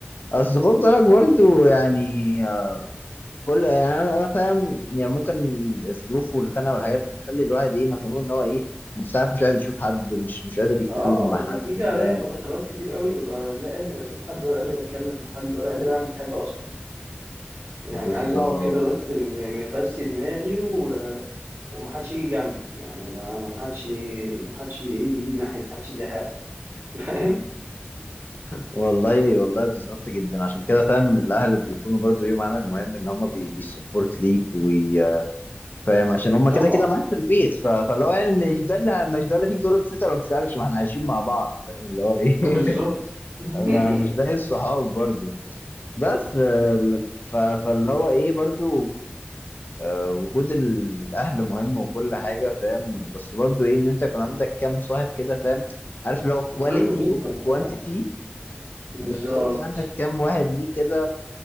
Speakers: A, on the left; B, on the right.
A: اصل خد بالك برضو يعني آه، كل يعني انا أنا فاهم يعني ممكن الظروف والخناقه والحاجات دي بتخلي الواحد ايه مخنوق ان هو ايه ساعات مش قادر يشوف حد مش مش قادر يتكلم
B: اه
A: مع حد
B: بتيجي عليا
A: فاهم
B: فترات كتير قوي ببقى لا قادر اشوف حد ولا قادر اتكلم مع حد ولا قادر اعمل حاجه اصلا يعني
A: بالظبط
B: عايز اقعد كده بس م- مفسي دماغي و... ومحدش يجي جنبي يعني ما محدش محدش ايه يجي ناحيتي محدش يزهقني <laughs> فاهم
A: والله والله بالظبط جدا عشان كده فاهم الاهل بيكونوا برضو ليهم عامل مهم ان هم بي بيسبورت ليك وفاهم عشان هم
B: طبعا
A: كده كده معاك في البيت ف- فاللي هو يعني مش ده اللي مش ده اللي تيجي تقول له بتسال ولا ما بتسالش ما احنا عايشين مع بعض فاهم اللي هو ايه <laughs>
B: بالظبط <laughs>
A: ما- مش زي الصحاب برضو بس آه، ف- فاللي هو ايه برضو آه، وجود الاهل مهم وكل حاجه فاهم بس برضو ايه ان انت يكون عندك كام صاحب كده فاهم عارف اللي هو كواليتي
B: مهم جدا
A: اوفر
B: طبعا
A: كوانتيتي
B: بالظبط
A: بالظبط إن عندك كام واحد ليه كده